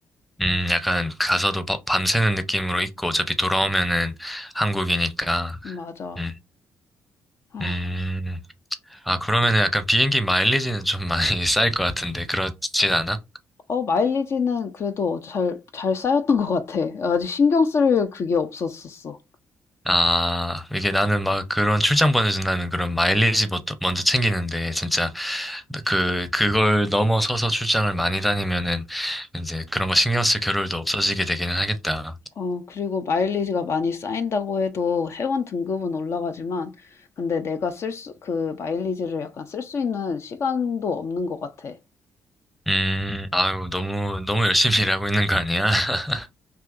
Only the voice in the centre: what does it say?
음, 약간 가서도 바- 밤새는 느낌으로 있고, 어차피 돌아오면은 한국이니까.
음,
음. 아, 그러면은 약간 비행기 마일리지는 좀 많이 <laughs> 쌓일 것 같은데, 그렇진 않아?
아, 이게 나는 막 그런 출장 보내준다는 그런 마일리지 먼저 먼저 챙기는데, 진짜, 그, 그걸 넘어서서 출장을 많이 다니면은, 이제 그런 거 신경 쓸 겨를도 없어지게 되기는 하겠다.
음, 아유, 너무, 너무 열심히 일하고 있는 거 아니야? <laughs>